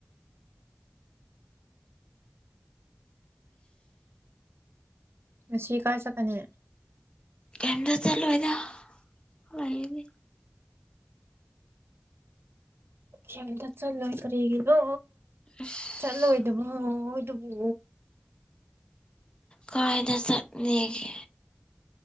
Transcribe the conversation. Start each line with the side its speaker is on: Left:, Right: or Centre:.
Right: ꯉꯁꯤ ꯀꯥꯏ ꯆꯠꯀꯅꯤ
Left: ꯀꯦꯝꯇꯥ ꯆꯠꯂꯣꯏꯗ ꯂꯩꯒꯅꯤ
Right: ꯀꯦꯝꯇꯥ ꯆꯠꯂꯣꯢ ꯀꯔꯤꯒꯤꯅꯣ
Left: ꯑꯁ
Right: ꯆꯠꯂꯣꯏꯗꯕ ꯍꯣꯢꯗꯨꯕꯨ
Left: ꯀꯥꯏꯗ ꯆꯠꯅꯤꯒꯦ